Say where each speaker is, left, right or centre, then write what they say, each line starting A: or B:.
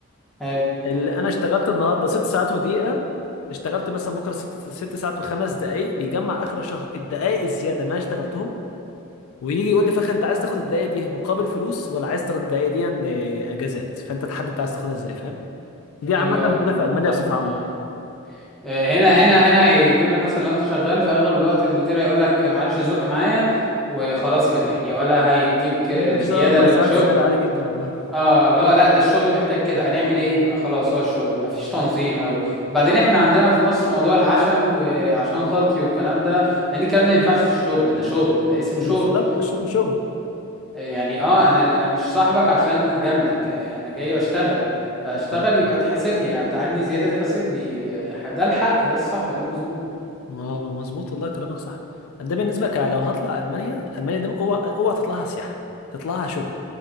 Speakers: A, in the centre; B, on the left.
A: حلو
B: اللي انا اشتغلت النهارده ست ساعات ودقيقه اشتغلت مثلا بكره ست ست ساعات وخمس دقائق بيجمع اخر الشهر الدقائق الزياده اللي انا اشتغلتهم ويجي يقول لي في الاخر انت عايز تاخد الدقائق دي مقابل فلوس ولا عايز تاخد الدقائق دي آه، اجازات فانت تحدد انت عايز تاخدها ازاي فاهم دي
A: حلو
B: عامه
A: أوي
B: موجوده
A: الموضوع
B: في المانيا
A: ده
B: بصفه عامه
A: اه آه، هنا هنا هنا هيجيب لك مثلا لو انت شغال في اغلب الوقت المدير هيقول لك معلش زق معايا وخلاص كده يعني ولا هيديك آه،
B: ممكن تشتغل
A: زيادة
B: اربع
A: للشغل
B: ساعات زياده عادي جدا والله
A: اه لا لا ده الشغل محتاج كده هنعمل ايه ما خلاص هو الشغل ما فيش تنظيم قوي بعدين احنا عندنا في مصر موضوع العشم وعشان خاطري والكلام ده يعني الكلام ده ما ينفعش في الشغل ده شغل ده اسمه
B: بالظبط
A: شغل
B: الشغل شغل
A: آه، يعني اه انا أنا مش صاحبك عشان اجاملك آه، انا جاي بشتغل فاشتغل
B: اه
A: يبقى تحاسبني هتقعدني زيادة تحاسبني آه، ده الحق ده الصح ده المظبوط
B: آه، مظبوط والله كلامك صح ده بالنسبه ك... لو هطلع المانيا المانيا دي اوعى اوعى تطلعها سياحه تطلعها شغل